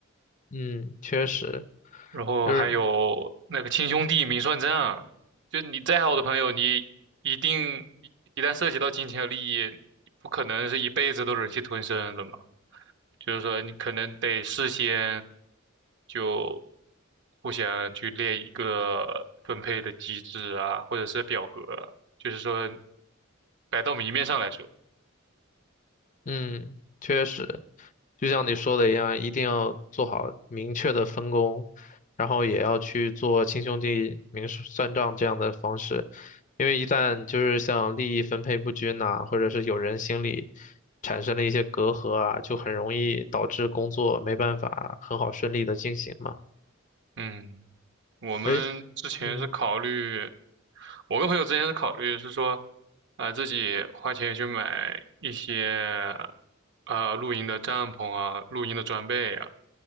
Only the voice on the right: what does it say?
然后还有那个亲兄弟明算账啊，
就你再好的朋友，你一定一旦涉及到金钱和利益，不可能是一辈子都忍气吞声的嘛。就是说，你可能得事先就互相去列一个分配的机制啊，或者是表格啊就是说摆到明面上来说，
嗯。我们之前是考虑，
我跟朋友之前是考虑是说，啊、自己花钱去买一些，啊露营的帐篷啊，露营的装备啊，